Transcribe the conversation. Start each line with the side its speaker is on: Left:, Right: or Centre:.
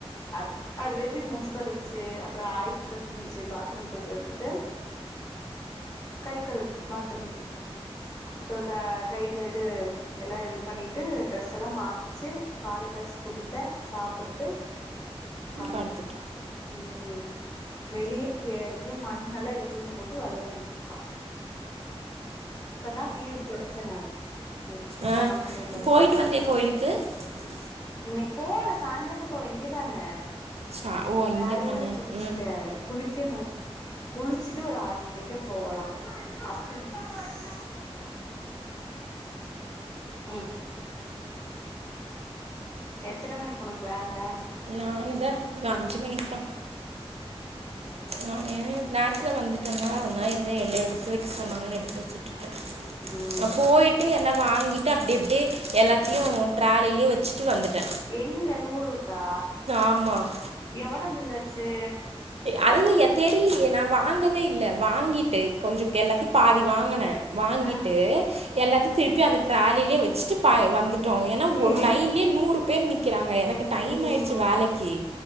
Left: அது அதுவே போய் மூஞ்சுக்கலுகுது செ அப் அப்புறோ ஆய் வருதுன்சு பாத்ரூம் போயிட் ட்டு வந்துட்டு கைக் கழுவு பாத்ரூமுக்கு அப்புறோ கைக்கு இது எல்லா இது பண்ணிட்டு ட்ரெஸ் எல்லா மாத்துச்சு பாலு காய்ச்சி குடுத்த சாப்புட்டு கோயம்தூர்க்கு
Right: படுத்துட்டு
Left: ம் வெளிய வேரங்கயு மண் எல்லா எடுத்துட்டு வந்து போட்டு வெளையாண்டுட் இருக்கா இப்பதா வீடு தொடச்சே நானு இன்னைக்கி
Right: ஆ
Left: சாமி கும்பல்லா
Right: போயிட்டு வந்தியா கோயிலுக்கு க்கு
Left: இன்னைக் போல சாயந்தரந்தா போவ இங்கதான
Right: சா ஓ
Left: வேலையெல்லா
Right: இங்க தானா
Left: முடிஷ்ட்டே
Right: ம்
Left: குளிக்கணு குளிச்சுட்டு ஒரு ஆறு மணிக்கா போவலா டெண்டிஸ் ம் எத்தன மணிக்கு உனக்கு வேல
Right: நானுதா இங்க அஞ்சு மணிக்குதா
Left: சேரி
Right: நானு
Left: சேரி
Right: நேர த்துல வந்துட்டன்னா அதனால எதுமே வெளியே எடுத்து வைக் சொன்னாங்கன்னு எடுத்து வச்சுட்ருக்கே
Left: ம்
Right: நா போயிட்டு எல்லா வாங்கிட்டு அப்டி அப்டியே எல்லாத்தையு டிராலிலயே வச்சுட்டு வந்துட்டே
Left: எங்க லூலூக் கா
Right: ஆமாம்
Left: எவ்ளோ பில்லாச்சு
Right: அது து ஏ தெரியலையே நான் வாங்கவே இல்லை வாங்கிட்டு கொஞ்ச எல்லாத்தையும் பாதி வாங்குனேன் வாங்கிட்டு
Left: ஆ
Right: எல்லாத்தையும் திருப்பி அந்த டிராலிலேயே வச்சிட்டு வந்துட் ஏன்னா
Left: ஏ
Right: ஒரு லைன்லயே நூறு பென்னி இருக்கிறாங்க எனக்கு
Left: அய்யய்யோ
Right: டைம் ஆயிடுச்சு வேலைக்கு